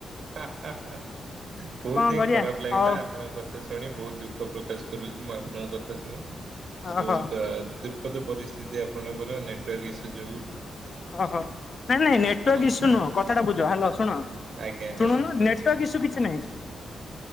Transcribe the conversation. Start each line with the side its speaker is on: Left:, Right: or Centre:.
Right: ହାଃ ହାଃ। ବହୁତ
Left: କଣ
Right: ହିଁ
Left: କରିବା
Right: ଖରାପ ଲାଗିଲା
Left: ହଉ
Right: ଆପଣଙ୍କ କଥା ଶୁଣି ବହୁତ ଦୁଃଖ ପ୍ରକାଶ କରୁଛି ମୁଁ ଆ ଆପଣଙ୍କ କଥା ଶୁଣି
Left: ଓହୋ
Right: ବହୁତ ଦୁଃଖଦ ପରିସ୍ଥିତି ଆଉ। ଆପଣଙ୍କର ଟୱାର୍କ ଇସୁ ଯୋଗୁଁ।
Left: ଓହୋ ନାଇଁ ନାଇଁ ନେଟୱାର୍କ
Right: ହଁ
Left: ଇସୁ
Right: ହଁ
Left: ନୁହଁ କଥାଟା ବୁଝ ହ୍ୟାଲୋ ଶୁଣ।
Right: ଆଜ୍ଞା
Left: ଶୁଣୁନୁ
Right: ହଁ
Left: ନେଟୱର୍କ ଇସୁ କିଛି ନାହିଁ